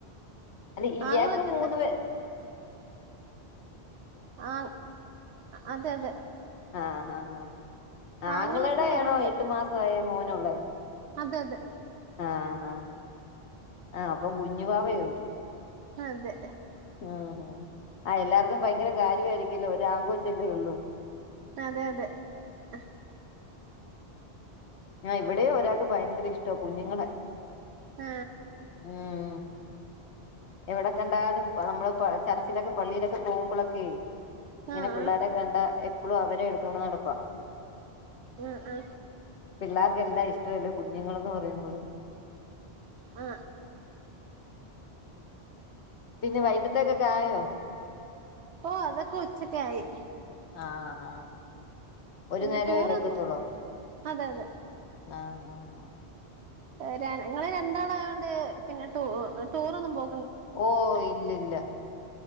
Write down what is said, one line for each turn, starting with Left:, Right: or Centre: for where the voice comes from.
Left: അത് ഇയാക്ക്
Right: ആങ്ങളൊക്കെ
Left: മൂന്ന്
Right: ഉണ്ട്
Left: പെ
Right: ആ അതെ അതെ
Left: ആ ആഹ്
Right: ആങ്ങളൊക്കെ
Left: അങ്ങളെടെയാണോ
Right: ഉണ്ട്
Left: എട്ടു മാസായ മോനുള്ളെ
Right: അതെ അതെ
Left: ആ ആ ആ അപ്പം കുഞ്ഞു വാവയുണ്ട്
Right: അ അതെ
Left: ഉം മ് ആ എല്ലാർക്കും ഭയങ്കര കാര്യായിരിക്കല്ലോ ഒരു ആങ്കോച്ചല്ലേ ഉള്ളൂ
Right: അതെ അതെ അ
Left: ഇവിടെയോ ഒരാൾക്ക് ഭയങ്കര ഇഷ്ടാ കുഞ്ഞുങ്ങളെ
Right: ആ
Left: ഉം എവിടെകണ്ടാലും നമ്മള് പ ചർച്ചിലൊക്കെ പള്ളിയിലൊക്കെ പോകുമ്പോളൊക്കെ ഇങ്ങനെ
Right: ആഹ്
Left: പിള്ളാരെ കണ്ട എപ്പളും അവരെ എടുത്തോണ്ട് നടപ്പാ
Right: ആ ആ
Left: പിള്ളേർക്കെല്ലാം ഇഷ്ടല്ലേ കുഞ്ഞുങ്ങളന്ന് പറയുമ്പോഴ്‌
Right: ആ
Left: പിന്നെ വൈട്ടത്തക്കെക്കായോ
Right: ഓ അതൊക്കെ ഉച്ചക്കെ ആയി
Left: ആ ആ ഒരു
Right: പിന്നെ
Left: നേരവേ
Right: ടൂറൊന്നും
Left: വെക്കത്തോള്ളോ?
Right: അതെ അതെ
Left: ആ ആ ആ
Right: ഏ ര ങ്ങള് രണ്ടാളായോണ്ട് പിന്നെ ടൂ ടൂറൊന്നും പോ
Left: ഓ ഇല്ലില്ല.